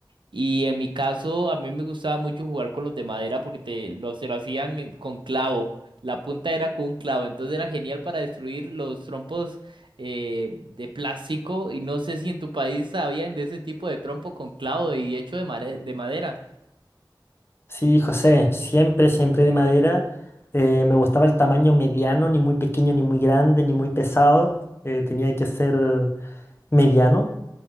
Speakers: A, on the right; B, on the left.
A: Y en mi caso, a mí me gustaba mucho jugar con los de madera porque te, lo, se lo hacían en- con clavo. La punta era con un clavo, entonces era genial para destruir los trompos eh, de plástico. Y no sé si en tu país sabían de ese tipo de trompo con clavo y hecho de, mare- de madera.
B: Sí, José, siempre, siempre de madera. Eh, me gustaba el tamaño mediano, ni muy pequeño, ni muy grande, ni muy pesado. Eh, tenía que ser mediano.